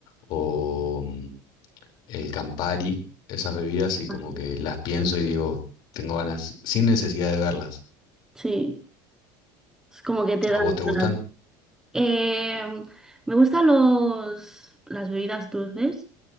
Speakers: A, on the left; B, in the centre.
A: o mm, el Campari, esas bebidas y como
B: así,
A: que las pienso y digo, tengo ganas, sin necesidad de verlas.
B: sí, es como que te
A: ¿A
B: dan
A: vos te
B: ganas.
A: gustan?
B: Eh, me gustan los, las bebidas dulces.